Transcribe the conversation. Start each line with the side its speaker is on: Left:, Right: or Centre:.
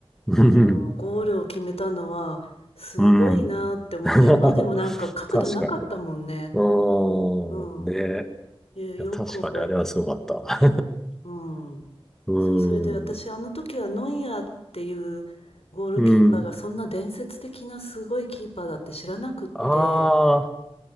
Left: あの、
Centre: うん
Left: ゴールを決めたのは、すごいなって思って、
Centre: うん <laughs>
Left: 今でもなんか角度なかったもんね。
Centre: 確かに。うーん。
Left: うん。
Centre: ね。
Left: いやよく覚えて、
Centre: いや、確かにあれはすごかった。
Left: うん。
Centre: <laughs> うーん。
Left: そう、それで私、あの時はノイアーっていうゴールキーパーがそんな伝説的なすごいキーパーだって知らなくって、
Centre: うん。ああ、